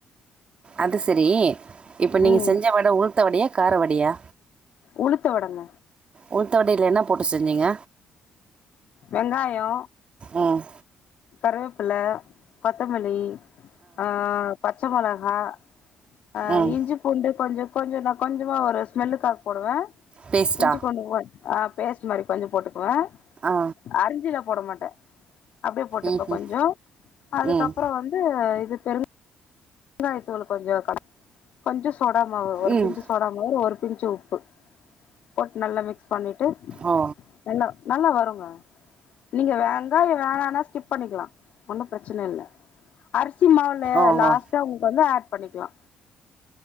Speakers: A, on the right (about 45°); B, on the left (about 70°).
A: அது செரி இப்ப நீங்க
B: ம்
A: செஞ்சஸவட உளுத்தவடையா காரவடியா
B: உளுத்த வடங்க
A: உளுத்தவடயில என்ன போட்டு செஞ்சீங்க
B: வெங்காயோ
A: ம்
B: கருவேப் பில கொத்தமல்லி ஆ ப ச்ச மொளகா ஆ
A: ம்
B: இஞ்சி பூண்டு கொஞ்ச கொஞ்சோ நா கொஞ்சமா ஒரு ஸ்மெல்லுக்காக போடுவே
A: பேஸ்டா
B: இஞ்சி பூண்டு ஒன் ஆ பேஸ்ட் மாரி கொஞ்சோ போட்டுக் வா
A: ஆ
B: அரிஞ்சிலாப் போட மாட்டே அப்டியே போட்டுப்பே
A: ம் ம்,
B: கொஞ்சே அதுக்கப்றோ
A: ம்
B: வந்து இது பெருங் ங்காயத்தூளு கொஞ்சோ கல கொஞ்சோ ஸ் சோடா மாவு ஒரு
A: ம்
B: பிஞ்சு சோடாமாவு ஒரு பிஞ்சோ ப்பு போட்டு நல்லா மிக்ஸ் பண்ணிட்டு
A: ஓ
B: நல்லா நல்லா வருங்க நீங்க வேங்காயம் வேணனா ஸ்கிப் பண்ணிக்கலா ஒன்னு பிரச்சனை இல்ல அரிசி மாவுல
A: ஓஹோ
B: லாஸ் இது வந்து ஆட் பண்ணிக்க க்கலா